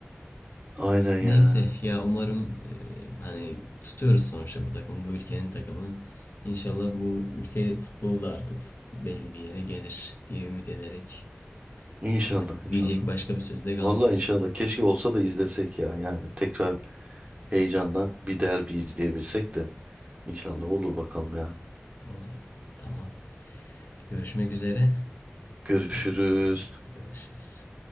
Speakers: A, on the right (about 30°); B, on the left (about 60°).
A: Aynen ya.
B: Neyse ya umarım e, hani tutuyoruz sonuçta bu takımı. Bu ülkenin takımı. İnşallah bu ülke futbolu da artık belli bir yere gelir diye ümit ederek
A: İnşallah
B: artık
A: inşallah.
B: diyecek başka bir söz de
A: Vallahi
B: kalmadı.
A: inşallah keşke olsa da izlesek ya. Yani tekrar heyecanla bir derbi izleyebilsek de. İnşallah olur bakalım ya.
B: Umarım. Tamam. Görüşmek üzere.
A: Görüşürüz.
B: Yine görüşürüz.